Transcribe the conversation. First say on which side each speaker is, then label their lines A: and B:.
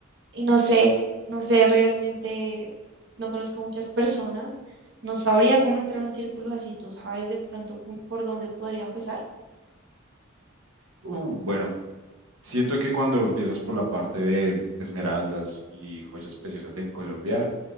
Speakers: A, on the right (about 55°); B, on the right (about 80°).
A: y no sé, no sé, realmente no conozco muchas personas, no sabría cómo entrar a un círculo así, tú sabes de pronto cómo- por dónde podría empezar.
B: Uh, bueno, Siento que cuando empiezas por la parte de esmeraldas y joyas preciosas en Colombia,